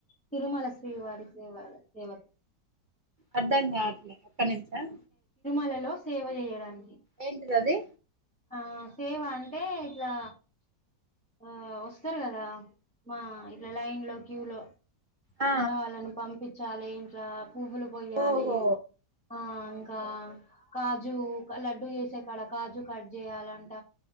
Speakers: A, in the centre; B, on the right.
A: తిరుమల శ్రీవారి సేవ ఆడ సేవక్
B: అర్ధం కావట్లే ఒక నిమిషం
A: హేలో సేవ చేయడానికి
B: ఏంటిది అది
A: ఆ సేవా అంటే ఇట్లా ఆ వస్తారు కదా మా ఇట్లా లైన్ లో క్యూ లో
B: ఆ
A: ఉన్న వాళ్ళని పంపించాలి రాబ్ <unintelligible> పువ్వులు కొయ్యాలి
B: ఓహో
A: ఆ ఇంకా
B: ఓకే ఓకే
A: కాజు లడ్డు చేసా కాడ కాజు కట్ చేయాలంట